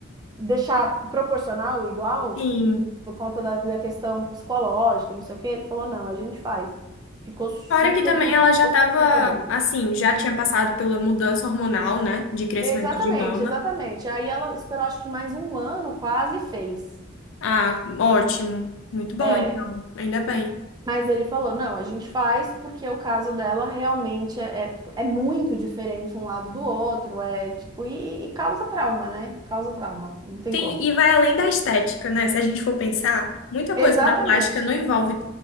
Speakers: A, on the right; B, on the left.
A: deixar proporcional igual
B: Sim.
A: e por conta da, da questão psicológica, não sei o que ele falou, não, a gente faz. Ficou super
B: Fora que também
A: bonito,
B: ela já
A: ficou
B: estava,
A: super bom.
B: assim, já tinha passado pela mudança hormonal, né? De crescimento
A: Exatamente,
B: de mama.
A: exatamente. Aí ela esperou acho que mais um ano quase e fez.
B: Ah, ótimo. Muito bom,
A: É,
B: então. Ainda bem.
A: mas ele falou, não, a gente faz porque o caso dela realmente é, é, é muito diferente um lado do outro, é tipo, e, e causa trauma, né? Causa trauma, não tem
B: Tem,
A: como.
B: e vai além da estética, né? Se a gente for pensar, muita
A: Exatamente.
B: coisa da plástica não envolve